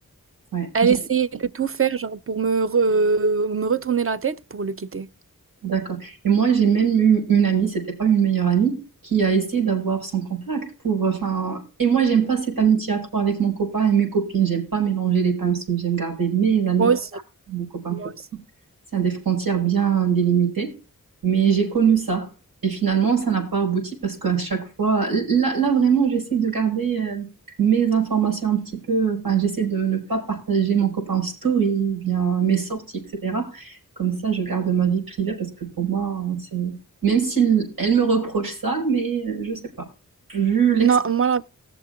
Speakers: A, on the right; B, on the right.
A: Ouais,
B: Elle
A: j'ai-
B: essayait de tout faire, genre, pour me, re- me retourner la tête pour le quitter.
A: d'accord. Et moi, j'ai même eu une amie, c'était pas une meilleure amie, qui a essayé d'avoir son contact pour. Enfin, et moi, j'aime pas cette amitié à trois avec mon copain et mes copines. J'aime pas mélanger les pinceaux. J'aime garder mes amis,
B: Moi aussi.
A: et mon copain.
B: Moi aussi.
A: C'est des frontières bien délimitées. Mais j'ai connu ça. Et finalement, ça n'a pas abouti parce qu'à chaque fois, là, là, vraiment, j'essaie de garder euh, mes informations un petit peu. Enfin, j'essaie de ne pas partager mon copain en story, ou bien mes sorties, etc. Comme ça, je garde ma vie privée parce que pour moi, c'est. Même si elle me reproche ça, mais euh, je sais pas. Vu l'expérience.
B: Non, moi, là,